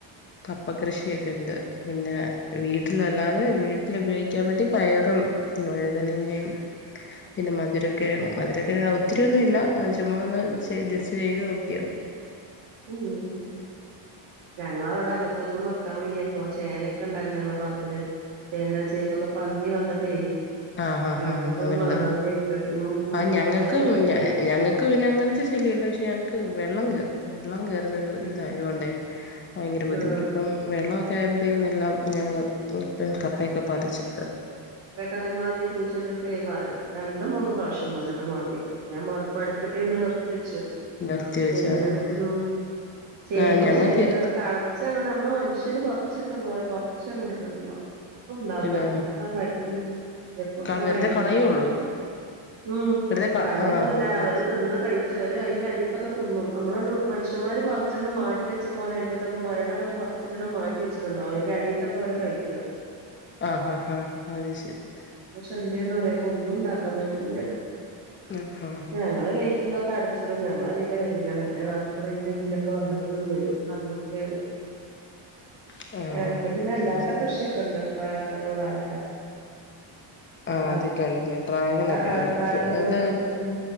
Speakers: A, on the left; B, on the right.
A: കപ്പ കൃഷിയൊക്കെണ്ട് പിന്നെ വീട്ടിൽ അല്ലാതെ വീട്ടില് ഉപയോഗിക്കാൻ വേണ്ടി പയറും വഴുതനങ്ങയും പിന്നെ മധുരക്കിഴങ്ങ്, മധുരക്കിഴ ഒത്തിരിയ ഒന്നും ഇല്ല ചുമ്മാ ഒന്നുംജസ്റ്റ് ചെയ്ത് നോക്കി നോക്കിയത്
B: മം ഞങ്ങവിടെ അങ്ങനത്തൊന്നും നിക്കാൻ വയ്യ അപ്പൊ ചേനയൊക്കെ ഉണ്ടായിരുന്നു ഞങ്ങളെ പറമ്പില്, ചേന ചേമ്പൊക്കെ പന്നി വന്നിട്ടേ
A: ആ ഹാ
B: തളച്ചും
A: ഹാ അങ്ങനെക്കള്,
B: മാന്തി ഇട്ടിട്ടും
A: ആ
B: ഭയങ്കര
A: ഞങ്ങൾക്കും
B: ശല്യം
A: ഞ ഞങ്ങ ക്ക് പിന്നെ അങ്ങനത്തെ ശല്യമില്ല പക്ഷെ ഞങ്ങക്ക് വെള്ളം കയറും വെള്ളം കയറുന്നൊരു
B: ഉം
A: ഇതായതുകൊണ്ടേ ഭയങ്കര ബുദ്ധിമുട്ട്
B: ആഹ്
A: ഇപ്പം വെള്ളമൊക്കെ ആയപ്പോഴത്തേക് എല്ലാം ഞങ്ങള് ഇപ്പ കപ്പയൊക്കെ പറിച്ച്
B: അതേ മാതിരി കുഴിച്ചിട്ടിട്ട് രണ്ട് മൂന്ന് പ്രാവശ്യം വന്നിട്ട് മാന്തിട്ടു, ഞാൻ മട് മടുത്തിട്ട് പിന്നെ നിർത്തി വെച്ചു
A: നിരത്തി വെച്ച്
B: പിന്നെ
A: ആഹ്
B: മം ചേമ്പും
A: ആഹ് ഞങ്ങൾക്ക്
B: ചേനയൊക്കെ കളച്ചാങ്ങണ്ട് നമ്മള് മനുഷ്യര് പർച്ചിട്ട പോലെ പറച്ചങ്ങ് ഇട്ടിട്ടുണ്ടാവും ഇപ്പം ഉണ്ടാവില്ല
A: ഇത്
B: ഒക്ക കഴിഞ്ഞു ഇപ്പൊക്കെ
A: ആഹ് വെറുതെ
B: കഴിഞ്ഞ്
A: കളയുള്ളൂ
B: ഉം
A: വെറുതെ ക
B: കളയൊന്നല്ല
A: ആഹ്
B: അവര്
A: ആഹ്
B: തിന്ന് കഴ ച്ചോരു അതിന്റെ അടിത്തൊക്കെ തിന്നും, നമ്മളൊണ്ട് മനുഷ്യമാര് പറച്ചിട്ടണ്ട് മാറ്റി വെച്ച പോലെ അതിന്റൊക്കെ മരട്ടക്ക മാറ്റി വച്ചിട്ടുണ്ടാവും അയിന്റെ അടീത്തെ തോല് കഴിക്ക
A: ആഹ് ആഹ് ആഹ് അത് ശരി
B: ശല്യംന്ന് പറയാ ഇപ ഒന്നും ഇണ്ടാക്കാ പറ്റ്ണില്ല.
A: ആഹ് ആഹ്
B: ഞങ്ങളെ ഗെയ്റ്റും ഇതൊക്ക അടച്ചിടും ഞങ്ങള അതിലെ വരൂല്ല മേലേ ഭാഗത്തുകുടെ അതിലെ ഇതിലൊക്ക വന്നിട്ട് ഇങ്ങട്ട് വരും കേറും
A: <inaudible> ആഹ്
B: ഞങ്ങക്ക്
A: ആഹ്
B: പിന്നെ അല്ലാത്ത
A: അത് ശരി
B: കൃഷി ഒക്ക ഇണ്ട് ഡ്രാഗണ് വാഴ
A: ആഹ്
B: ആ
A: അതൊക്കെ ഉണ്ട്ലേ ഡ്രാഗണ് ഒക്കെ
B: ആ,
A: ഉണ്ട്
B: ഡ്രാഗൺ ഫ്രൂട്ട്
A: അത്
B: ഉണ്ട് ഉം